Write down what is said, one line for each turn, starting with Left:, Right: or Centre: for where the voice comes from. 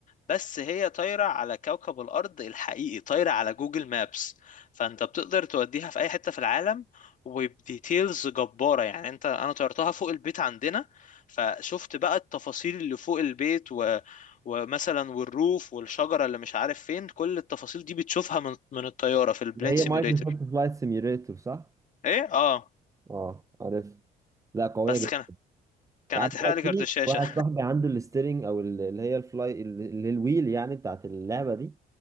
Left: بس هي طايرة على كوكب الأرض الحقيقي طايرة على جوجل مابس فأنت بتقدر توديها في أي حتة في العالم وبديتيلز جبارة يعني أنت أنا طيرتها فوق البيت عندنا فشفت بقى التفاصيل اللي فوق البيت و... ومثلا والروف والشجرة اللي مش عارف فين كل التفاصيل دي بتشوفها من من الطيارة في البلين
Right: اللي هي
Left: سيميوليتر
Right: مايكروسوفت فلايت سيميوليتور صح؟
Left: إيه آه
Right: اه عارف لا قوية
Left: بس
Right: جدا
Left: كان كان
Right: عارف
Left: هتحرق
Right: بقى
Left: لي
Right: في
Left: كارت الشاشة
Right: واحد صاحبي عنده الستيرنج او ال- اللي هي الفلاي اللي هي الويل يعني بتاعت اللعبة دي